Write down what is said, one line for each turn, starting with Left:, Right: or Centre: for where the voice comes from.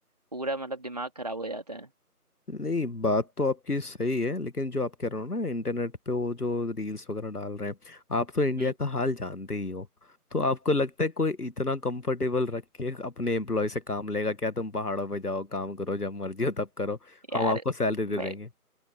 Right: पूरा मतलब दिमाग खराब हो जाता है
Left: नहीं बात तो आपकी सही है लेकिन जो आप कह रहे हो ना इंटरनेट पे वो जो रील्स वगैरह डाल रहे हैं आप तो इंडिया
Right: हम्म
Left: का हाल जानते ही हो तो आपको लगता है कोई इतना कंफर्टेबल रख के अपने एम्प्लॉय से काम लेगा क्या तुम पहाड़ों पे जाओ काम करो जब मर्जी हो तब करो हम
Right: यार
Left: आपको सैलरी
Right: मैं
Left: दे देंगे